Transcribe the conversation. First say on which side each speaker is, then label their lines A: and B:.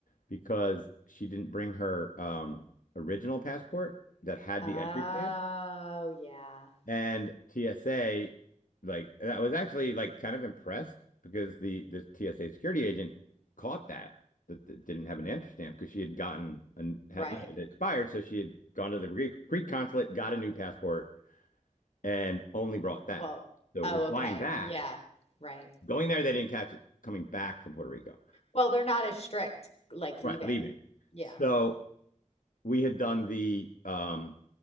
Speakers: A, on the left (about 85°); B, on the left (about 50°).
A: because she didn't bring her um, original passport that had
B: Oh,
A: the entry stamp.
B: yeah.
A: And TSA, like that was actually like kind of impressed because the the TSA security agent caught that that, that didn't have an entry stamp because she had gotten and had
B: Right.
A: you know it expired, so she had gone to the Greek, Greek consulate, got a new passport, and only brought that.
B: Well,
A: So
B: oh,
A: we're flying
B: okay.
A: back,
B: Yeah. Right.
A: going there, they didn't catch it. Coming back from Puerto Rico,
B: Well, they're not as strict like leaving.
A: right, leaving.
B: Yeah.
A: So we had done the um